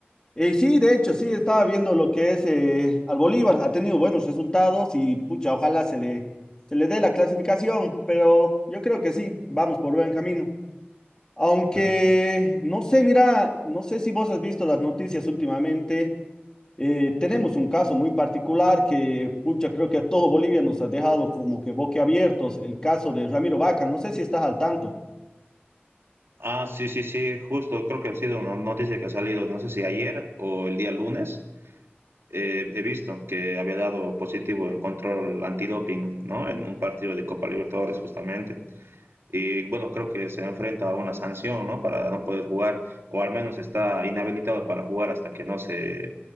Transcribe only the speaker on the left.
Eh, sí, de hecho, sí, estaba viendo lo que es eh, al Bolívar, ha tenido buenos resultados y pucha, ojalá se le, se le dé la clasificación, pero yo creo que sí, vamos por buen camino. Aunque,
no sé, mira, no sé si vos has visto las noticias últimamente, eh, tenemos un caso muy particular que, pucha, creo que a todo Bolivia nos ha dejado como que boquiabiertos, el caso de Ramiro Vaca, no sé si estás al tanto.